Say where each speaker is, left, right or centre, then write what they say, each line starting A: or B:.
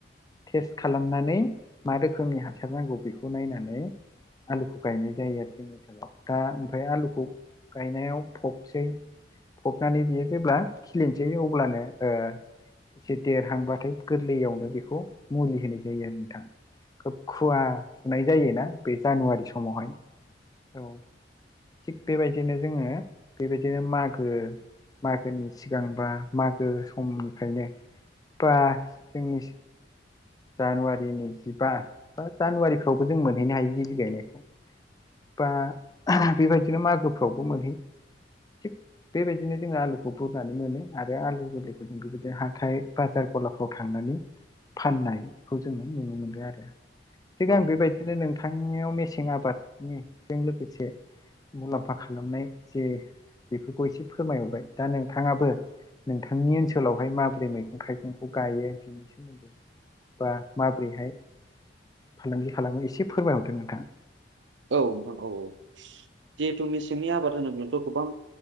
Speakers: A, on the left; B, on the right.
A: टेस्ट खालामनानै मा रोखोमनि हासार नांगौ बेखौ नायनानै आलुखौ गायनाय जायो आरो जोंनि ओनसोलाव दा ओमफ्राय आलुखौ गायनायाव फबसै फबनानै बियो जेब्ला खिलिनोसै अब्लानो ओ एसे देरहांबाथाय गोरलैयावनो बेखौ मुलि होनाय जायो आरो नोंथां। खोब खुवा खुनाय जायोना बे जानुवारि समावहाय औ। थिग बेबायदिनो जोङो बेबायदिनो मागो मागोनि सिगां बा मागो समनिफ्रायनो बा जोंनि जानुवारिनि जिबा बा जानुवारिफ्रावबो जों मोनहैनो हायो गिबि गायनायखौ। बा बेबायदिनो मागोफ्रावबो मोनहैयो थिग बेबायदिनो जोङो आलुखौ बुरनानै मोनो आरो आलु गोरलैखौ जों बेबायदि हाथाय बाजार गलाफ्राव थांनानै फाननाय खौ जोङो नुनो मोनदों आरो थिग
B: औ
A: आं बेबायदिनो नों बिथांनियाव मेसें आबादनिजों लोगोसे मुलाम्फा खालामनाय जे बेफोरखौ एसे फोरमायहरबाय दा नोंथाङाबो नोंथांनि ओनसोलावहाय माबोरै मैगं थाइगंखौ गायो बिनि सोमोन्दै बा माबोरैहाय फालांगि खालामो एसे फोरमायहरदो नोंथां।
B: औ नोंगौ जिहेथु मे सेंनि आबाद होनो बेनोथ' गोबां